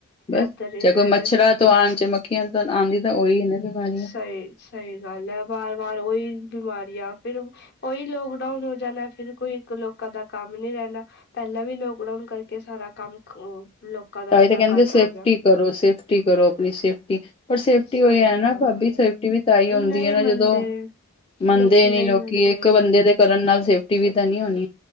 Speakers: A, on the left; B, on the left.
A: ਬਸ
B: ਇੱਧਰ ਇੰਡੀਆ
A: ਚਾਏ ਕੋਈ ਮੱਛਰਾਂ
B: ਚ
A: ਤੋਂ ਆਣ ਚ ਮੱਖੀਆਂ ਤੋਂ ਆਂਦੀ ਤਾਂ ਓਈ ਨਾ ਬਿਮਾਰੀਆਂ
B: ਸਈ ਸਈ ਗੱਲ ਐ। ਵਾਰ ਵਾਰ ਓਈ ਬਿਮਾਰੀਆਂ ਫਿਰ ਓਈ ਲੋਕਡਾਊਨ ਹੋ ਜਾਨੈ ਫਿਰ। ਕੋਈ ਇੱਕ ਲੋਕਾਂ ਦਾ ਕੰਮ ਨੀ ਰੈਣਾ ਪੈਲਾਂ ਵੀ ਲੋਕਡਾਊਨ ਕਰਕੇ ਸਾਰਾ ਕੰਮ ਲੋਕਾਂ ਦਾ
A: ਤਾਂ
B: ਏਨਾ
A: ਹੀ ਤਾਂ ਕਹਿੰਦੇ
B: ਘੱਟ
A: ਸੇਫਟੀ
B: ਹੋ ਗਆ।
A: ਕਰੋ ਸੇਫਟੀ ਕਰੋ ਅਪਣੀ ਸੇਫਟੀ। ਪਰ ਸੇਫਟੀ
B: ਸਹੀ
A: ਓਈ ਐਨਾ
B: ਗੱਲ
A: ਭਾਬੀ
B: ਹੈ,
A: ਸੇਫਟੀ ਵੀ ਤਾਈ ਹੁੰਦੀ
B: ਨਹੀਂ
A: ਐ ਨਾ
B: ਮੰਨਦੇ
A: ਜਦੋਂ ਮੰਨਦੇ
B: ਲੋਕੀ
A: ਨੀ
B: ਨਹੀਂ
A: ਲੋਕੀ।
B: ਮੰਨਦੇ
A: ਏਕ ਬੰਦੇ ਦੇ ਕਰਨ ਨਾਲ ਸੇਫਟੀ ਵੀ ਤਾਂ ਨੀ ਹੋਨੀ।